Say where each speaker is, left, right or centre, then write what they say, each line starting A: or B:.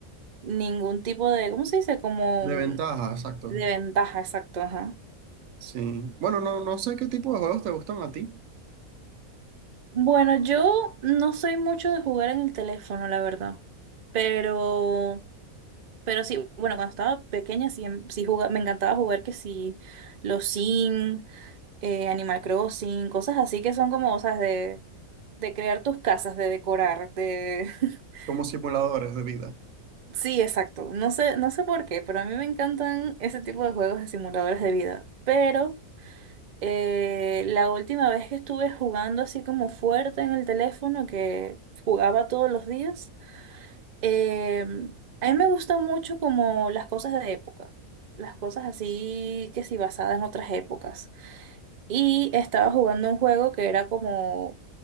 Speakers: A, on the right (about 55°); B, on the right (about 70°).
A: ningún tipo de, ¿cómo se dice? Como
B: De ventaja, exacto.
A: de ventaja, exacto, ajá.
B: Sí. Bueno, no, no sé qué tipo de juegos te gustan a ti,
A: Bueno, yo no soy mucho de jugar en el teléfono, la verdad. Pero Pero sí, bueno, cuando estaba pequeña sí, em- sí juga- me encantaba jugar que sí, los Sims, eh, Animal Crossing, cosas así que son como, ¿sabes? De, de crear tus casas, de decorar, de... <laughs>
B: como simuladores de vida.
A: Sí, exacto. No sé, no sé por qué, pero a mí me encantan ese tipo de juegos de simuladores de vida. Pero eh, la última vez que estuve jugando así como fuerte en el teléfono, que jugaba todos los días, Eh, a mí me gustan mucho como las cosas de época, las cosas así que sí basadas en otras épocas. Y estaba jugando un juego que era como,